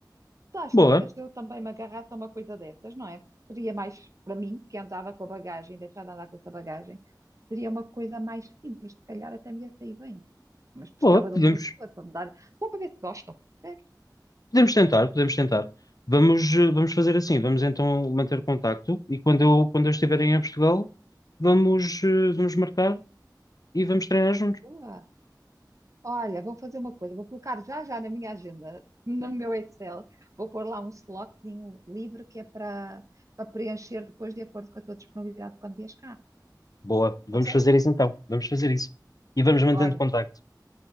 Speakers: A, on the right (about 45°); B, on the left (about 55°).
A: Às
B: Boa,
A: tantas, eu também me agarrasse a uma coisa dessas, não é? Porque Seria mais para mim, que andava com a bagagem, deixar de andar com essa bagagem, seria uma coisa mais simples, se calhar até me ia sair bem. Mas precisava
B: Boa, podemos,
A: de um professor para me dar, só para ver se gostam. percebes?
B: podemos tentar, podemos tentar. Vamos, eh, vamos fazer assim, vamos então manter contacto e quando eu, quando eu estiver em Portugal, vamos, eh, vamos marcar e vamos treinar juntos.
A: Boa. Olha, vou fazer uma coisa, vou colocar já já na minha agenda, no meu Excel, vou pôr lá um slotzinho livre que é para para preencher depois de acordo com a tua disponibilidade quando vies cá.
B: Boa, vamos
A: Pode ser?
B: fazer isso então, vamos fazer isso. E vamos mantendo
A: Olha,
B: contacto.